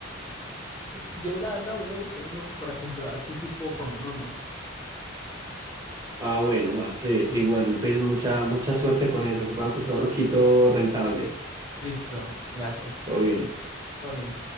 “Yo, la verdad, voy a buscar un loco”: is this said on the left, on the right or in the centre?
Left